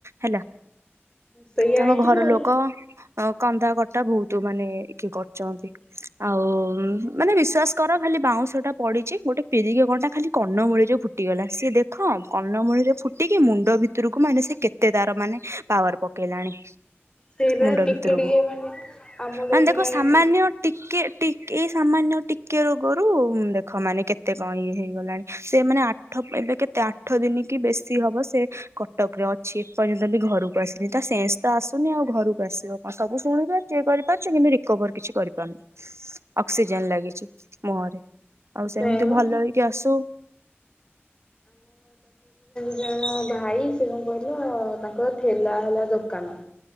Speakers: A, on the right; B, on the left.
A: ହେଲା।
B: ସେଇଆ
A: ତାଙ୍କ
B: ହେଇଥିବ
A: ଘର
B: ଆଉ।
A: ଲୋକ କନ୍ଦା କ ଟା ବହୁତ ମାନେ କିଏ କରଚନ୍ତି। ଆଉ ମାନେ ବିଶ୍ଵାସ କର ଖାଲି ବାଉଁଶ ଟା ପ ପଡିଚି ଗୋଟେ ପିରିିଗ କନଟା ଖାଲି କନମୂଳି ରେ ଫୁଟିଗଲା। ସିଏ ଦେଖ କନମୂଳିରେ ଫୁଟିକି ମୁଣ୍ଡ ଭି ଭିତକୁ ମାନେ ସେ କେତେ ତାର ମାନେ ପାୱାର ପକେଇଲାଣି।
B: ସେଇ ବା
A: ମୁଣ୍ଡ
B: ଟିକେଟିକେ
A: ଭିତରକୁ।
B: ମାନେ ଆମର
A: ମାନେ
B: ଏଇଠିକି
A: ଦେଖ ସାମାନ୍ୟ
B: ଆଣି
A: ଟିକେ ଟିକେ ଏଇ ସାମାନ୍ୟ ଟିକେ ରୋଗରୁ ଦେଖ ମାନେ କେତେ କଣ ଇଏ ହେଇଗଲାଣି। ସିଏ ମାନେ ଆଠ ଏବେ କେତେ ଆଠ ଦିନ କି ବେଶୀ ହବ ସେ କଟକରେ ଅଛି। ଏପର୍ଯ୍ୟନ୍ତ ବି ଘରକୁ ଆସିନି। ତ ସେ ସେନସ ତ ଆସୁନି ଆଉ ଘରକୁ ଆସିବ କଣ? ସବୁ ଶୁଣିପାରୁଚି କରିପାରୁଚି। କିନ୍ତୁ ରିକଭର କିଛି କରିପାରୁନି। ଅକ୍ସିଜେନ ଲାଗିଛି ମୁହଁରେ। ଆଉ ସେମିତି
B: ସେଇବା
A: ଭଲ ହେଇକି ଆସୁ।
B: ସେ ଭାଇ ସେ କଣ କହିଲ ତାଙ୍କର ଠେଲା ହେଲା ଦୋକାନ।